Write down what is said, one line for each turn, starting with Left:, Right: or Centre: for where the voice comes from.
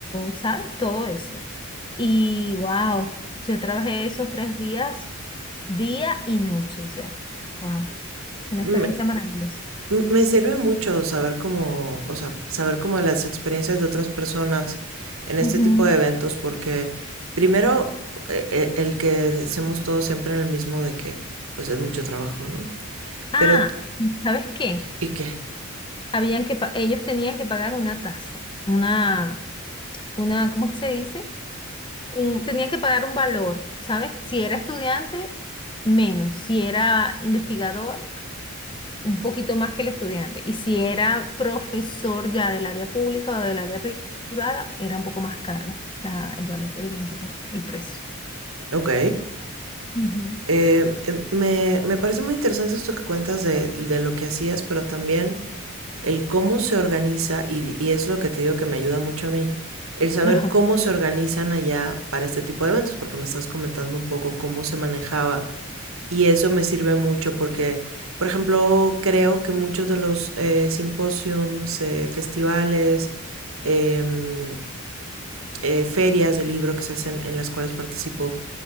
Left: ¿sabes? Todo eso. Y wow, yo trabajé esos tres días, día y noche, o sea, wow, una experiencia
Right: Me,
Left: maravillosa.
Right: me sirve mucho saber cómo, o sea, saber cómo las experiencias de otras personas en este
Left: Ujú.
Right: tipo de eventos, porque primero eh, eh, el que hacemos todos siempre en el mismo de que, pues es mucho trabajo, ¿no?
Left: Ah,
Right: Pero,
Left: ¿sabes qué?
Right: ¿y qué?
Left: Habían que pa- ellos tenían que pagar una tasa, una, una, ¿cómo que se dice? Un, tenían que pagar un valor, ¿sabes? Si era estudiante, menos. Si era investigador, un poquito más que el estudiante. Y si era profesor ya del área pública o del área pri- privada, era un poco más caro la- el valor que tenían que pagar, el precio.
Right: Ok.
Left: Ujú.
Right: Eh, eh, me, me parece muy interesante esto que cuentas de, de lo que hacías, pero también el cómo se organiza, y, y es lo que te digo que me ayuda mucho a mí, el saber
Left: Ajá,
Right: cómo se organizan allá para este tipo de eventos, porque me estás comentando un poco cómo se manejaba. Y eso me sirve mucho porque, por ejemplo, creo que muchos de los eh, simposiums, eh, festivales, em, eh, ferias de libro que se hacen en las cuales participo,